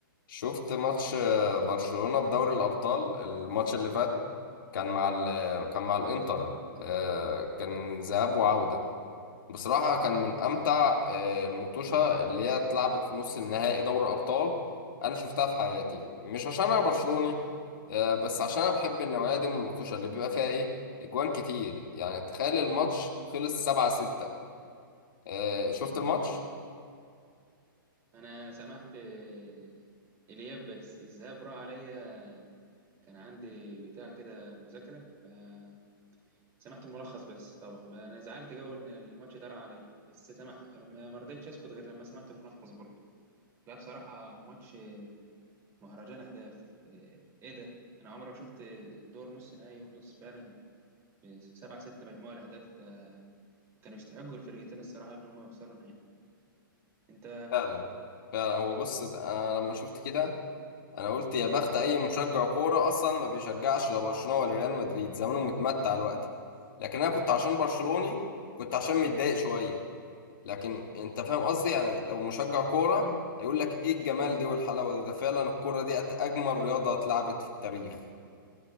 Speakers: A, on the left (about 65°); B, on the right (about 25°).
A: شفت ماتش آه، برشلونة في دوري الأبطال الماتش اللي فات كان مع ال كان مع الإنتر آه، كان ذهاب وعودة بصراحة كان من أمتع آه، المطوشة اللي هي اتلعبت في نص النهائي دوري أبطال أنا شفتها في حياتي مش عشان أنا برشلوني آه، بس عشان أنا بحب النوعية دي من المطوشة اللي بيبقى فيها إيه أجوان كتير يعني تخيل الماتش خلص سبعة ستة آه، شفت الماتش؟
B: انا سمحت آه، الياب بس الذهاب راح عليا كان عندي بتاع كده مذاكره فسمحت الملخص بس طبعا بقى انا زعلت جو ان الماتش ده راح عليا بس سمح ما ما رضيتش اسكت غير لما سمعت الملخص برضه لا بصراحه ماتش مهرجان اهداف آه، ايه ده انا عمري ما شفت دور نص نهائي يخلص فعلا سبعة ستة مجموعة الأهداف ده كانوا يستحقوا الفرقتين الصراحة إن هم يوصلوا نهائي أنت
A: فعلا فعلا هو بص أنا لما شفت كده انا قلت يا بخت اي مشجع كوره اصلا ما بيشجعش لا برشلونه ولا ريال مدريد زمانه متمتع دلوقتي لكن انا كنت عشان برشلوني كنت عشان متضايق شويه لكن انت فاهم قصدي يعني لو مشجع كوره
B: مم.
A: يقول لك ايه الجمال دي والحلاوه دي ده فعلا الكوره دي أت- اجمل رياضه اتلعبت في التاريخ